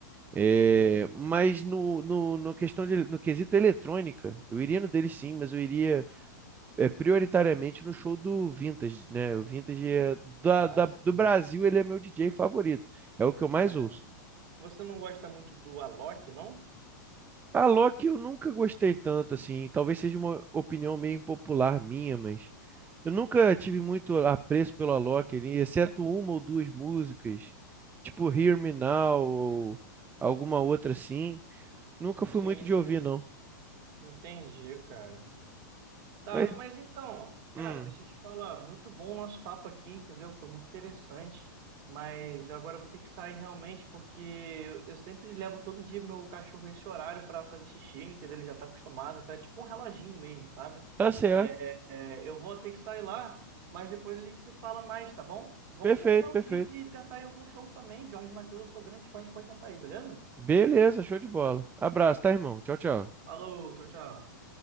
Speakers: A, on the right; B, on the right.
A: É,
B: Sim, sim.
A: mas no, no, no questão de, no quesito eletrônica, eu iria no deles sim, mas eu iria é, prioritariamente no show do Vintage, né? O Vintage é da,
B: Ah,
A: da-
B: sim.
A: do Brasil, ele é meu DJ favorito, é o que eu mais
B: Né?
A: ouço.
B: Você não gosta muito do Alok, não?
A: A Loki eu nunca gostei tanto, assim. Talvez seja uma opinião meio impopular minha, mas eu nunca tive muito apreço pelo Alok, ali, exceto uma ou duas músicas, tipo Hear Me Now ou alguma outra assim. Nunca fui
B: Sim,
A: muito de
B: sim.
A: ouvir, não.
B: Entendi, cara. Tá,
A: Mas,
B: mas então, cara,
A: hum,
B: deixa eu te falar, muito bom o nosso papo aqui, entendeu? Foi muito interessante, mas agora eu vou ter que sair realmente, porque eu eu sempre levo todo dia meu cachorro esse horário para fazer xixi, entendeu? Ele já tá acostumado, então é tipo um reloginho mesmo, sabe?
A: tá certo.
B: É, é, eu vou ter que sair lá, mas depois a gente se fala mais, tá bom? Vamos
A: Perfeito,
B: combinar
A: perfeito.
B: um dia de tentar ir em algum show também. Jorge Mateus, eu sou grande fã de pode tentar aí, beleza?
A: Beleza, show de bola. Abraço, tá, irmão? Tchau, tchau.
B: Falou, tchau, tchau.